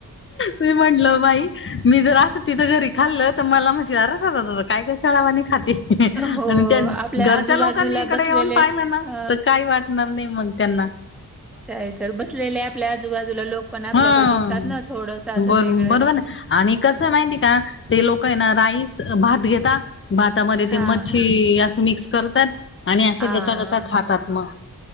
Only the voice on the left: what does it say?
मी म्हटलं बाई, मी जर अस तिथं घरी, खाल्ल त, मला म्हणशील अरररांरा काय गचाळ वाणी खाते. आणि
त्या,
घरच्या
लोकांनी, इकडे
येऊन, पाहिलं ना,
तर काय वाट नही मग, त्यांना
हा
बर
बरोबर ना आणि कसं माहिती का. ते लोक आहे ना राईस भात घेतात भातामध्ये ते
मच्छी
असं मिक्स करतात आणि असे
कचा कसा खातात
मग.